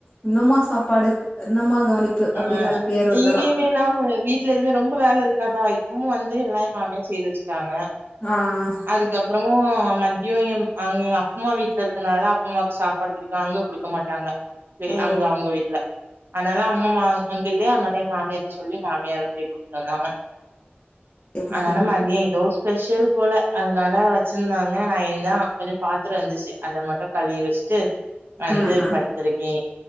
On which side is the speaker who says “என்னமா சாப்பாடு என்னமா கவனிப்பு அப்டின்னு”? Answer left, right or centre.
Left